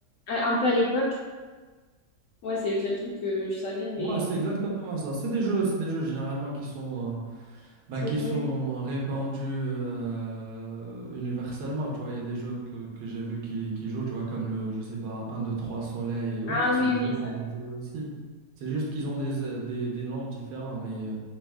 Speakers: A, on the left; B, on the right.
A: à- un peu à l'époque. Ouais, c'est le seul truc que je savais, mais
B: ouais, c'est
A: ils
B: exactement ça. C'est des jeux, c'est des jeux généralement qui sont euh, bah,
A: sont
B: qui
A: connus.
B: sont répandus euh, universellement, tu vois. Il y a des jeux que, que j'ai vus qui, qui jouent, tu vois, comme le, je sais pas, un 2, 3 Soleil et autres.
A: Ah
B: C'est
A: oui,
B: des
A: oui,
B: jeux qu'on
A: ça.
B: a joués aussi. C'est juste qu'ils ont des, euh, des, des noms différents. Mais euh,